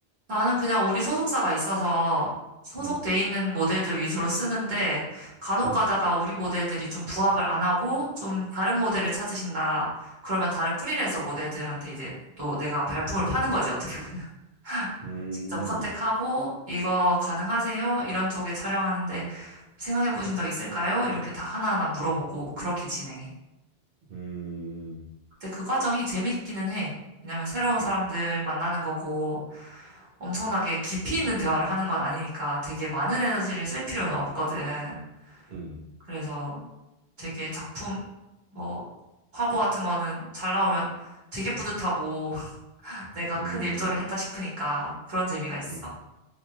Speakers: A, on the right; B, on the right.
A: 나는 그냥 우리 소속사가 있어서 소속돼
B: 음,
A: 있는 모델들 위주로 쓰는데 간혹
B: 음,
A: 가다가 우리 모델들이 좀 부합을 안 하고 좀 다른 모델을 찾으신다. 그러면 다른 프리랜서 모델들한테 이제 또 내가 발품을 파는 거지, 어떻게 보면. <laughs>
B: 음,
A: 직접
B: 음,
A: 컨택하고 이거 가능하세요? 이런 쪽에 촬영하는데 생각해 보신 적 있을까요? 이렇게 다 하나하나 물어보고 그렇게 진행해.
B: 음,
A: 근데 그 과정이 재밌기는 해. 왜냐면 새로운
B: 음,
A: 사람들 만나는 거고 엄청나게 깊이 있는 대화를 하는 건 아니니까 되게 많은 에너지를 쓸 필요는 없거든.
B: 음,
A: 그래서 되게 작품, 뭐, 화보 같은 거는 잘 나오면 되게 뿌듯하고 <laughs> 내가
B: 음.
A: 큰 일조를 했다 싶으니까 그런 재미가 있어.
B: 음.